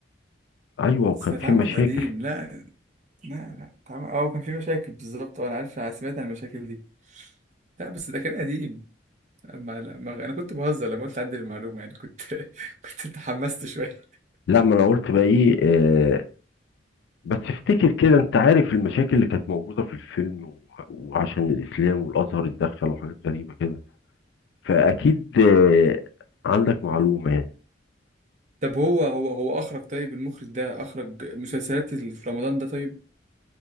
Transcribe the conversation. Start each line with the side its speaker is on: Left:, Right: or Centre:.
Left: ايوه وكان
Right: بس اتعمل
Left: في مشاكل
Right: قديم لا لا لا طبعا اه كان في مشاكل بالظبط اه انا عارف انا سمعت عن المشاكل دي لا بس ده كان قديم ما لا ما انا كنت بهزر لما قلت عندي المعلومه يعني كنت <laughs> كنت تحمست شويه
Left: لا ما انا قلت بقى ايه آه بس افتكر كده انت عارف المشاكل اللي كانت موجوده في الفيلم و- وعشان الاسلام والازهر اتدخل وحاجات غريبه كده فاكيد آه عندك معلومه يعني
Right: طب هو هو هو اخرج طيب المخرج ده اخرج مسلسلات اللي في رمضان ده طيب